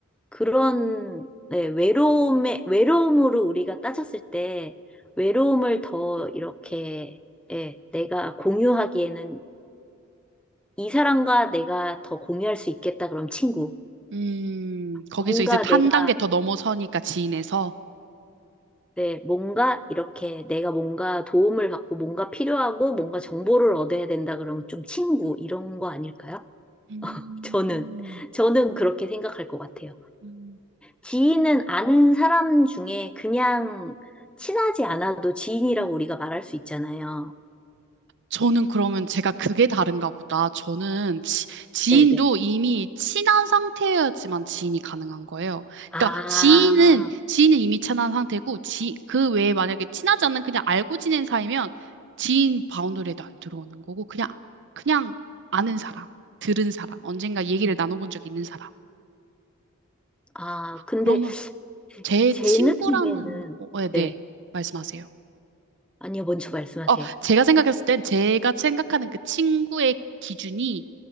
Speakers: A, in the centre; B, on the right (about 55°).
A: 그런 네, 외로움에 외로움으로 우리가 따졌을 때 외로움을 더 이렇게 예, 내가 공유하기에는 이 사람과 내가 더 공유할 수 있겠다 그럼 친구
B: 음, 거기서
A: 뭔가
B: 이제 한
A: 내가
B: 단계 더 넘어서니까 지인에서.
A: 네, 뭔가 이렇게 내가 뭔가 도움을 받고 뭔가 필요하고 뭔가 정보를 얻어야 된다 그러면 좀 친구 이런 거 아닐까요? <laughs>
B: 음,
A: 저는 저는 그렇게 생각할 것 같아요.
B: 음,
A: 지인은 아는 사람 중에 그냥 친하지 않아도 지인이라고 우리가 말할 수 있잖아요.
B: 저는 그러면 제가 그게 다른가 보다. 저는 지, 지인도
A: 네네.
B: 이미 친한 상태여야지만 지인이 가능한 거예요.
A: 아,
B: 그러니까 지인은, 지인은 이미 친한 상태고, 지, 그 외에 만약에 친하지 않는 그냥 알고 지낸 사이면 지인 바운더리에도 안 들어오는 거고, 그냥, 그냥 아는 사람, 들은 사람, 언젠가 얘기를 나눠본 적 있는 사람.
A: 아, 근데
B: 그러면 제
A: 제
B: 친구라는,
A: 느낌에는,
B: 어, 네, 네,
A: 네.
B: 말씀하세요.
A: 아니요, 먼저 말씀하세요.
B: 어, 제가 생각했을 땐 제가 생각하는 그 친구의 기준이